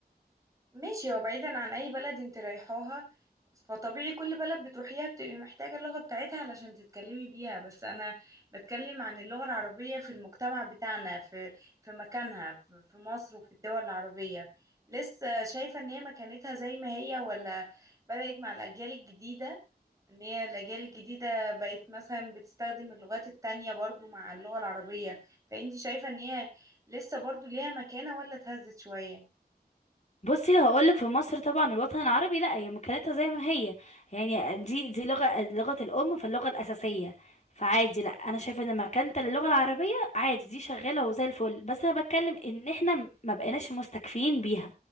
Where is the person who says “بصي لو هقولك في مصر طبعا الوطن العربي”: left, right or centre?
Left